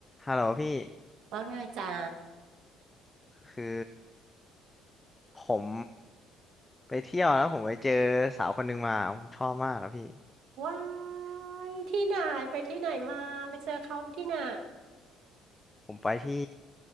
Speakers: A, on the left; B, on the right.
A: ฮัลโหลพี่
B: ว่าไงจ๊ะ
A: คือผมไปเที่ยวแล้วผมไปเจอสาวคนหนึ่งมาผมชอบมากอะพี่
B: ว้ายที่ไหนไปที่ไหนมาไปเจอเขาที่ไหน
A: ผมไปที่